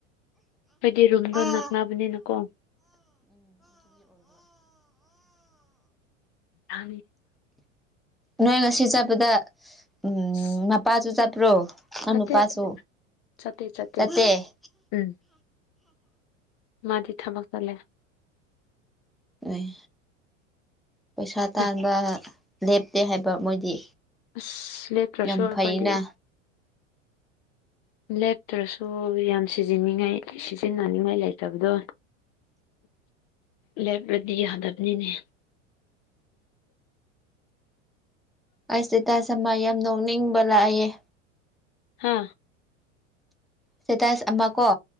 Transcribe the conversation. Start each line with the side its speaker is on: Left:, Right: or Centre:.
Left: ꯑꯩꯈꯣꯏꯗꯤ ꯔꯨꯝꯗꯣ
Centre: ꯑꯥ
Left: ꯅꯛꯅꯕꯅꯤꯅꯀꯣ ꯑ
Centre: ꯅꯣꯏ ꯉꯁꯤ ꯆꯠꯄꯗ ꯎꯝ
Left: ꯑꯁ
Centre: ꯃꯄꯥꯁꯨ ꯆꯠꯄ꯭ꯔꯣ ꯑꯅꯨꯄꯥꯁꯨ
Left: ꯆꯠꯇꯦ ꯆꯠꯇꯦ ꯆꯠꯇꯦ
Centre: ꯆꯠꯇ <inaudible>
Left: ꯎꯝ ꯃꯥꯗꯤ ꯊꯥꯕꯛ ꯇꯠꯂꯦ
Centre: ꯑꯩ ꯄꯩꯁꯥ ꯇꯥꯟꯕ
Left: ꯎꯝ
Centre: ꯂꯦꯞꯇꯦ ꯍꯥꯏꯕ ꯃꯣꯏꯗꯤ
Left: ꯑꯁ ꯂꯦꯞꯇ꯭ꯔꯁꯨ
Centre: ꯌꯥꯝ
Left: ꯑꯩꯈꯣꯏꯗꯤ
Centre: ꯐꯩꯅ
Left: ꯂꯦꯞꯇ꯭ꯔꯁꯨ ꯌꯥꯝ ꯁꯤꯖꯤꯟꯅꯅꯤꯡꯉꯥꯏ ꯁꯤꯖꯤꯟꯅꯅꯤꯡꯉꯥꯏ ꯂꯩꯇꯕꯗꯣ ꯂꯦꯞꯂꯗꯤ ꯌꯥꯗꯕꯅꯤꯅꯦ
Centre: ꯑꯁ ꯇꯁꯃ ꯌꯥꯝ ꯅꯣꯛꯅꯤꯡꯕ ꯂꯥꯛꯑꯌꯦꯦ
Left: ꯍꯥ
Centre: ꯁꯇꯦꯇꯁ ꯑꯃ ꯀꯣ